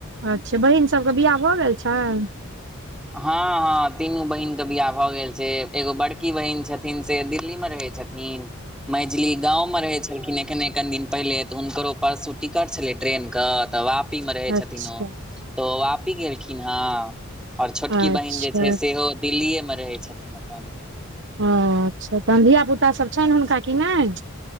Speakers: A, on the right; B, in the centre.
A: अच्छा बहिन सभके बियाह भऽ गेल छैनय
B: हँ हँ तीनू बहिनके बियाह भऽ गेल छै एगो बड़की बहिन छथिन से दिल्ली मे रहै छथिन मजली गाँव में रहे छलखिन एखने कनि दिन पहिले तऽ हुनकरो परसू टिकट छलै ट्रेनके तऽ वापीमे रहै
A: अच्छा
B: छथिन ओ तऽ ओ वापि गेलखिन हँ आओर छोटकी
A: अच्छा
B: बहिन जे छै सेहो दिल्लीए मे रहै छथिन अपन
A: अच्छा तहन धियापुता सब छनि हुनका की नहि